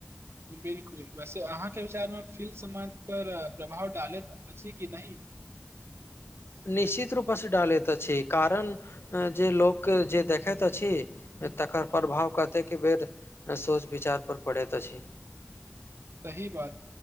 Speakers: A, on the right; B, on the left.
A: बिल्कुल वैसे अहाँके विचारमे फिल्म समाज परर प्रभाव डालैत अछि कि नहि
B: निश्चित रूप से डालैत अछि कारण जे लोकके जे देखैत अ छी तकर प्रभाव कतेक बेर सोच विचार पर पड़ेत अछि
A: सही बात